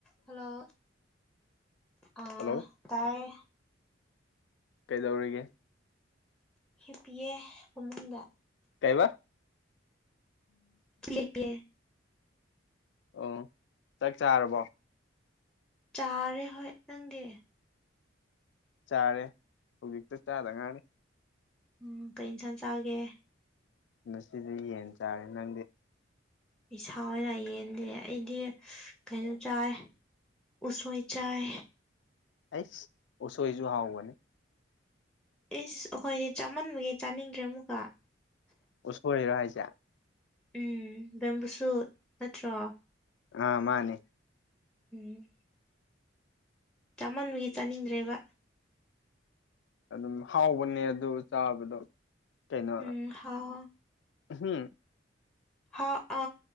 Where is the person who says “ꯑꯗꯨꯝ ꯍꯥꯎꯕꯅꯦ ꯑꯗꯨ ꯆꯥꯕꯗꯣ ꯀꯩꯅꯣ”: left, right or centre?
Left